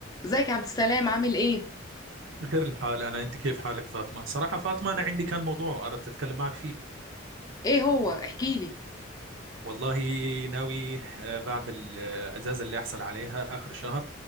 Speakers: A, on the left (about 20°); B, on the right (about 70°).
A: ازيك يا عبد السلام عامل ايه
B: بخير الحال أنا أنت كيف حالك فاطمة؟ صراحة فاطمة أنا عندي كان موضوع أردت أتكلم معك فيه
A: ايه هو احكي لي
B: والله ناوي آه، بعد الأجازة اللي أحصل عليها آخر الشهر